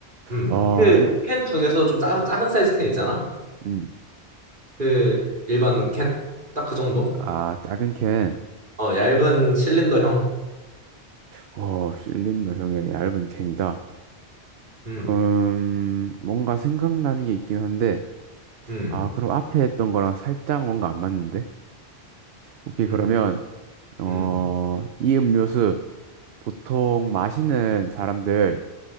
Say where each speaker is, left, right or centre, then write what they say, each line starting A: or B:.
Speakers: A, on the right; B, on the right.
A: 음.
B: 아,
A: 그
B: 이-
A: 캔 중에서 좀 작, 작은 사이즈 캔 있잖아.
B: 음.
A: 그 일반 캔? 딱 그 정도?
B: 아, 작은 캔.
A: 어, 얇은 실린더형.
B: 어, 실린더형의 얇은 캔이다.
A: 음.
B: 그럼 뭔가 생각나는 게 있긴 한데
A: 음.
B: 아, 그럼 앞에 했던 거랑 살짝 뭔가 안 맞는데? 오케이,
A: 음.
B: 그러면 어,
A: 음.
B: 이 음료수 보통 마시는 사람들